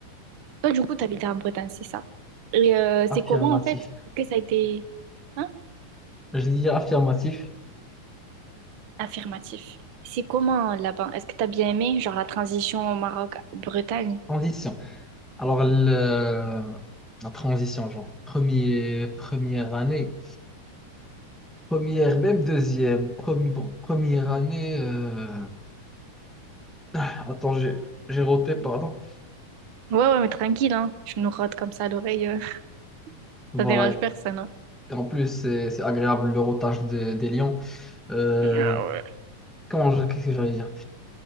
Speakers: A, on the right (about 60°); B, in the centre.
A: toi, du coup, t'habites en Bretagne, c'est ça. Et euh,
B: affirmatif.
A: c'est comment, en fait? Est-ce que ça a été... Hein?
B: Je dis affirmatif.
A: Affirmatif. C'est comment, là-bas? Est-ce que t'as bien aimé, genre, la transition au Maroc-Bretagne?
B: Condition. Alors, le- la transition, genre, premier, première année, première, même deuxième, premier, bon, première année, euh, attends, j'ai j'ai roté, pardon.
A: Ouais, ouais, mais tranquille, hein. Je nous rote comme ça à l'oreille. euh, <laughs>
B: Voilà,
A: Ça dérange personne, hein.
B: et en plus, c'est c'est agréable le rotage de- des lions. Euh,
A: Ah ouais.
B: comment, je- qu'est-ce que j'allais dire?